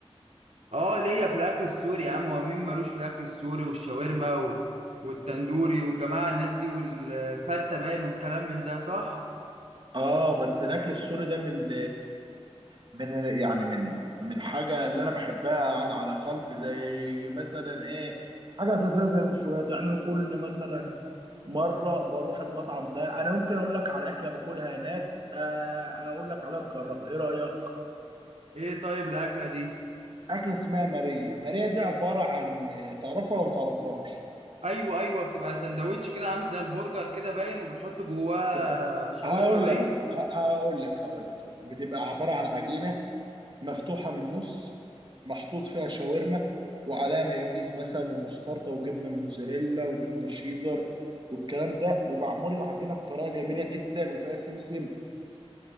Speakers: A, on the right (about 75°); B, on the right (about 45°).
A: اه ليا في الاكل السوري يا عم هو مين مالوش في الاكل السوري والشاورما و... والتندوري والجماعه الناس دي والفته باين والكلام من ده صح
B: اه بس الاكل السوري ده من من يعني من من حاجة اللي انا بحبها عن على قلب زي مثلا ايه حاجة أساسية زي المشويات يعني أنا كل مثلا مرة بروح المطعم ده أنا ممكن أقول لك على أكلة باكلها هناك آه، أقول لك عليها تجربها إيه رأيك؟
A: ايه طيب الاكله دي
B: اكله اسمها ماريا ماريا دي عباره عن تعرفها ولا ما تعرفهاش
A: ايوه ايوه بتبقى سندوتش كده عامل زي البرجر كده باين وبيحط جواه
B: بت...
A: شاورما
B: هقول
A: باين
B: لك ه- هقول لك هقول لك هقول لك بتبقى عباره عن عجينه مفتوحه من النص محطوط فيها شاورما وعليها مايونيز مثلا ومستردة وجبنه موتزاريلا وجبنه شيدر والكلام ده ومعمول العجينه بطريقه جميله جدا وفيها سمسم